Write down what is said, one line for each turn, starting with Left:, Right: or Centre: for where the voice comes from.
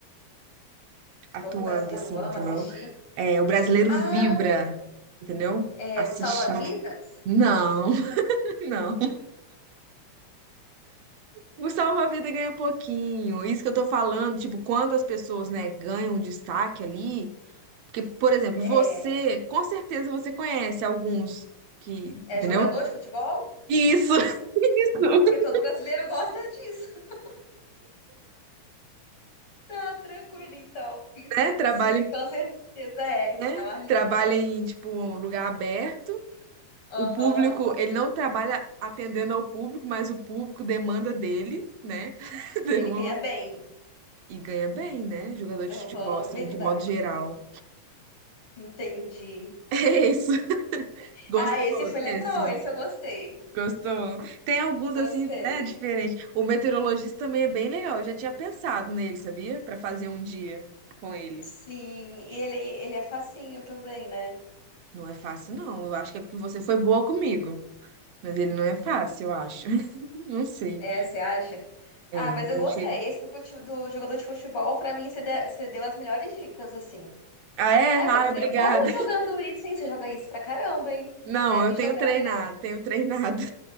Right: atuando,
Left: Todo brasileiro
Right: assim, entendeu?
Left: ama assistir.
Right: É, o brasileiro
Left: Ah,
Right: vibra, entendeu?
Left: é
Right: Assistindo.
Left: salva-vidas?
Right: Não, <laughs> não. O salva-vida ganha pouquinho. Isso que eu tô falando, tipo, quando as pessoas, né, ganham um destaque ali. Porque, por exemplo,
Left: É,
Right: você, com certeza você conhece alguns que,
Left: é
Right: entendeu?
Left: jogador de futebol?
Right: Isso, <laughs>
Left: Porque todo brasileiro gosta disso. <laughs> Tá tranquilo, então.
Right: né? Trabalha
Left: Sim, com certeza é.
Right: né?
Left: É o Arlindo.
Right: Trabalha em, tipo, um lugar aberto.
Left: Aham.
Right: O público, ele não trabalha atendendo ao público, mas o público demanda dele, né? <laughs>
Left: E
Right: Demanda-
Left: ele ganha bem.
Right: E ganha bem, né? Jogador
Left: Aham,
Right: de futebol, assim,
Left: verdade.
Right: de modo geral.
Left: Entendi.
Right: <laughs> É isso. Gostou
Left: Ah, esse foi legal,
Right: desse?
Left: esse eu gostei.
Right: Gostou? Tem alguns,
Left: Gostei.
Right: assim, né, diferentes. O meteorologista também é bem legal. Eu já tinha pensado nele, sabia? Pra fazer um dia com ele.
Left: Sim, e ele, ele é facinho também, né?
Right: Não é fácil, não. Eu acho que é porque você foi boa comigo. Mas ele não é fácil, eu acho. <laughs> Não sei.
Left: É, você acha?
Right: É,
Left: Ah, mas eu
Right: eu
Left: gostei.
Right: achei.
Left: Esse do, fute- do jogador de futebol, pra mim, você de- você deu as melhores dicas, assim.
Right: Ah, é?
Left: Ai,
Right: Ai,
Left: você
Right: obrigada.
Left: é boa
Right: <laughs>
Left: jogando isso, hein? Você joga isso pra caramba, hein?
Right: Não,
Left: Deve
Right: eu
Left: jogar,
Right: tenho treinado,
Left: né?
Right: tenho treinado.